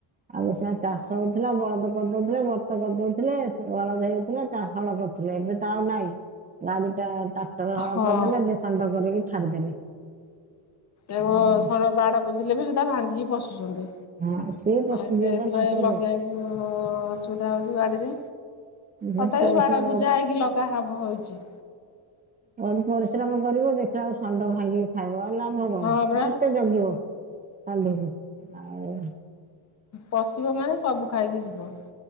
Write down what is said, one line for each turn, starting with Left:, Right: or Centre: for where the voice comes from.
Right: ଆଗୁରୁ ସା ଚାଷ ହଉଥୁଲା ବଳଦ କରଦୋଉଥୁଲେ ବରତ କରଦୋଉଥିଲେ ସ ବଳଦ ହେଉଥିଲା ଚା ହଳ କରୁଥୁଲେ ଏବେ ତ ଆଉ ନାଇଁ ଗାଡ଼ି ଟା ଚା ଟର ହଳ
Left: ହଁ
Right: କରଦେଲେ ଦେ ଷଣ୍ଢ କରିକି ଛାଡ଼ିଦେଲେ।
Left: ଏ ବୋ
Right: ଆଉ
Left: ସର ବାଡ଼ ବୁଜିଲେ ବି ଡା ଭାଙ୍ଗିକି ପଶୁଚନ୍ତି
Right: ହଁ ସିଏ ପଶିଯିବେ
Left: ଆଉ ସେଇଥିପାଇଁ
Right: ବା ତାଙ୍କର
Left: ଲଗେଇବାକୁ
Right: ବ-
Left: ଅସୁବିଧା ହଉ ଯୁ ଆଡି଼ରେ
Right: ବହୁତ
Left: ତଥାପି
Right: ପରିଶ୍ରମ
Left: ବାଡ଼ ବୁଜା ହେଇକି ଲଗା ହବ ହଉଚି।
Right: ଅନୁ ପରିଶ୍ରମ କରିବ ଦେଖିଲା ଆଉ ଷଣ୍ଡ ଭାଙ୍ଗିକି ଖାଇବ ଆ ଲାଭ କଣ
Left: ହଁ ପରା
Right: ଆ କେତେ ଜଗିବ ଷଣ୍ଢକୁ ଆଉ
Left: ପଶିବ ମାନେ ସବୁ ଖାଇକି ଯିବ।